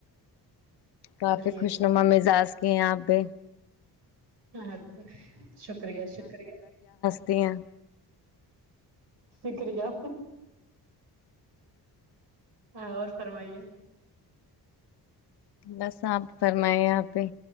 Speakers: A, on the left; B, on the right.
A: کافی
B: چلیے
A: خوش نما مزاج کی ہیں آپ <unintelligible>
B: ہاں تو شکریہ شکریہ
A: تینں
B: شکریہ ہ اور فرمائیے
A: بس آپ فرمائیں یہاں پہ